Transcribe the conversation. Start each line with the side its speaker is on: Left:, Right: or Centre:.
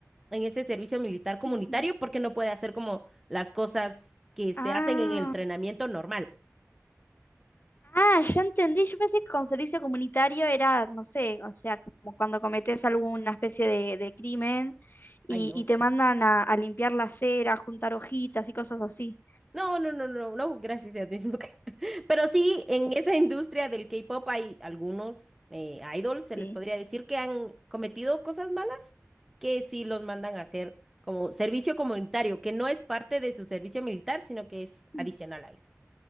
Centre: en ese servicio militar comunitario
Left: ujú.
Centre: porque no puede hacer como las cosas que se
Left: Ah,
Centre: hacen en el entrenamiento normal.
Left: ah, ya entendí. Yo pensé que con servicio comunitario era, no sé, o sea, como cuando cometes alguna especie de, de crimen y,
Centre: Ay, no.
Left: y te mandan a, a limpiar la acera, a juntar hojitas y cosas así.
Centre: No, no, no, no, no, gracias a Dios, no creo. <laughs> Pero sí, en esa industria del K-pop hay algunos eh, idols, se
Left: Sí.
Centre: les podría decir, que han cometido cosas malas, que sí los mandan a hacer como servicio comunitario, que no es parte de su servicio militar, sino que es adicional
Left: Mm,
Centre: a eso.